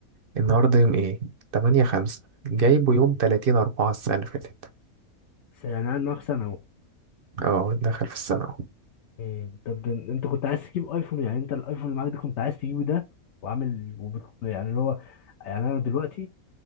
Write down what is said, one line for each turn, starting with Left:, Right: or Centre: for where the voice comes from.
Right: النهاردة يوم ايه تمانية خمسة جايبه يوم تلاتين أربعة السنة اللي فاتت
Left: س- يعني قعد معاك سنه اهو
Right: اه دخل في السنة اهو
Left: مم، طب ده انت كنت عايز تجيب ايفون يعني انت الايفون اللي معاك ده كنت عايز تجيبه ده وعامل وبت... يعني اللي هو يعني انا دلوقتي